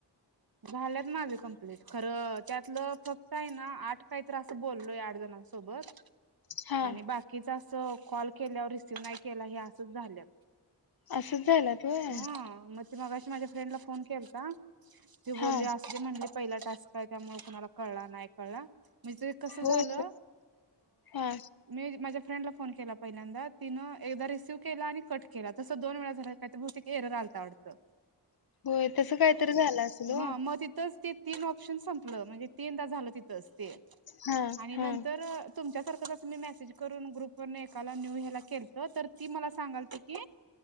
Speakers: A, on the right (about 55°); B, on the left (about 55°).
A: झाल्यात माझे कंप्लीट खरं त्यातलं फक्त आहे ना आठ काहीत असं बोललोय आठ जण. सोबत.
B: हा
A: आणि बाकीचा असं कॉल केल्यावर रिसीव नाही केला असच झालं.
B: असंच झालात होय
A: हा मग ते मग अशी माझ्या फ्रेंडला फोन केलता. त बोलली
B: हा
A: असुदे म्हणली पहिला टास्क काय त्यामुळे कुणाळा कळला नाही कळला. ते कसं
B: होय
A: झालं.
B: हा
A: मी माझ्या फ्रेंडला फोन केला पहिल्यांदा तिनं एकदा एकदा रिसीव्ह केला आणि कट केला तस दोन वेळा झाला. इथं बहुतेक एरर आलता वाटत.
B: होय तस कायतरी झालं असेल हो.
A: हा मग तिथच ते तीन ऑप्शन संपलं म्हणजे तीनदा झालं तिथंच ते.
B: हा
A: आणि
B: हा
A: नंतर तुमच्यासारखं जसं मी मेसेज करून ग्रुप व एकाला न्यू हे्याला केलत तर त मला सगालती की.